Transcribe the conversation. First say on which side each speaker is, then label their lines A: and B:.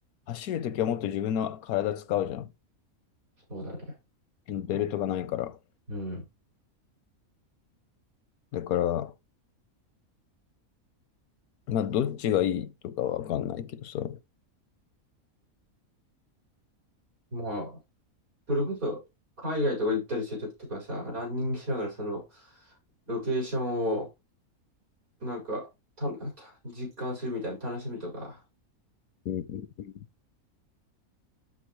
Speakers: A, on the left; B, on the right.
A: 走るときはもっと自分の体使うじゃ
B: そうだね。
A: ん。ベルトがないから。
B: うん。
A: だから、まあ、どっちがいいとかはわかんないけどさ。
B: まあ、それこそ、海外とか行ったりするときとかさ、ランニングしながらその、ロケーションを、なんか、た、た実感するみたいな楽しみとか。
A: うん、うんうん